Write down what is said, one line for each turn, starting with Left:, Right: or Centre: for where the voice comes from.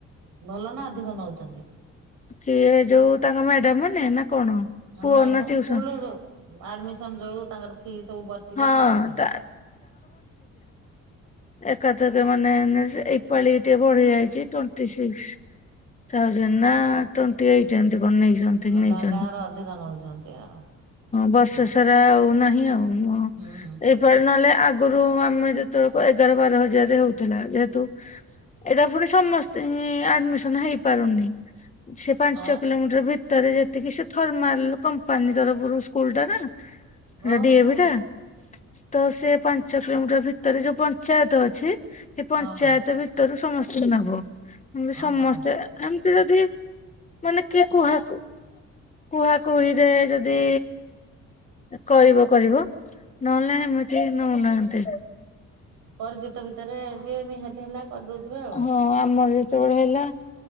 Right: ଭଲ ନା ଅଧିକ ନଉଚନ୍ତି।
Left: କିଏ ଯୋଉ ତାଙ୍କ ମ୍ୟାଡାମାନେ ନା କଣ?
Right: ଅଁ
Left: ପୁଅ
Right: ନାଇଁ
Left: ନା
Right: ତାଙ୍କ
Left: ଟିଉସନ
Right: ସ୍କୁଲ ଯୋଉ ଆଡମିସନ ଯୋଉ ତାଙ୍କର ଫି ସବୁ ବର୍ଷିକିଆ
Left: ହଁ
Right: ନା କଣ କେମତି?
Left: ତା ଏକାଥରକେରେ ମାନେ ନେ ଏଇପାଳି ଟିଏ ବଢି ଯାଇଚି ଟ୍ୱଣ୍ଟି ସିକ୍ସ୍। ଥାଉଜେଣ୍ଡ ନା ଟ୍ୱଣ୍ଟିଏଇଟ ଏମତି କଣ ନେଇଚନ୍ ଠିକ
Right: ତାହେଲେ
Left: ନେଇଚନ୍ତି।
Right: ତାଙ୍କର ଅଧିକ ନଉଛନ୍ତି ଆଉ
Left: ବର୍ଷେ
Right: ହଉ।
Left: ସାରା ଆଉ ନାହିଁ ଆଉ। ନୁହଁ
Right: ହୁଁ ହୁଁ।
Left: ଏଇପାଳି ନହେଲେ ଆଗରୁ ଆମେ ଯେତେବେଳେ ଏଗାର ବାର ହଜାର ରେ ହୋଉଥିଲା। ଯେହେତୁ ଏଇଟା ପୁଣି ସମସ୍ତିଙ୍କି ଆଡମିସନ ହେଇପାରୁନି। ସେ ପାଞ୍ଚ
Right: ଆଉ
Left: କିଲୋମିଟର ଭି ତରେ ଯେତିକି ସେ ଥର୍ମାଲ କମ୍ପାନୀ ତରଫରୁ ସ୍କୁଲ ଟା ନା ହେଟା
Right: ଓହୋ
Left: ଡିଏଭି ଟା। ତ ସେଏ ପାଞ୍ଚ କିଲୋମିଟର ଭିତରେ ଯୋଉ ପଞ୍ଚାୟତ ଅଛି ହେ ପଞ୍ଚାୟତ
Right: ହଁ ହଁ
Left: ଭିତରୁ ସମସ୍ତିଙ୍କି ନବ। ହେମତି
Right: ଓହୋ।
Left: ସମସ୍ତେ ଏମିତି ଯଦି ମାନେ କିଏ କୁହାକୁ କୁହା କୁହିରେ ଯଦି କରିବ କରିବ। ନହେଲେ ହେମିତି ନୋଉନାହାନ୍ତି।
Right: ପରିଚିତ ଭିତରେ ଯିଏ ନିହାତି ହେଲା କରଦୋଉଥିବ ଆଉ।
Left: ହଁ ଆମର ଯେତେବେଳେ ହେଲା